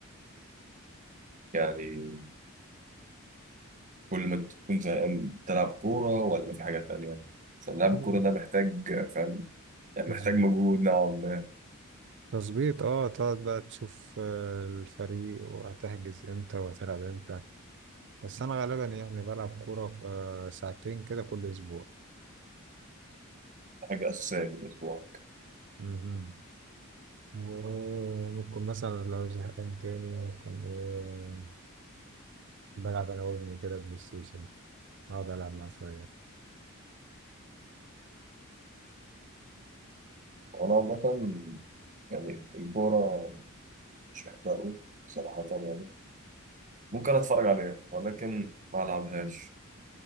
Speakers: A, on the right; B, on the right.
A: يعني كل ما تكون زهقان تلعب كوره ولا في حاجه تانية عشان لعب
B: آه،
A: الكوره ده محتاج فاهم يعني
B: تظبيط
A: محتاج مجهود نوعا ما
B: تظبيط اه تقعد بقى تشوف آه، الفريق وهتحجز امتى وهتلعب امتى بس انا غالبا يعني بلعب كورة آه، ساعتين كده كل اسبوع
A: حاجه اساسيه في الاسبوع
B: مهم. وممكن مثلا لو زهقان تاني ممكن آه، بلعب انا وابني كده بلاي ستيشن اقعد العب معاه شوية
A: وأنا عامة يعني الكورة مش بحبها أوي صراحة يعني ممكن أتفرج عليها ولكن ما ألعبهاش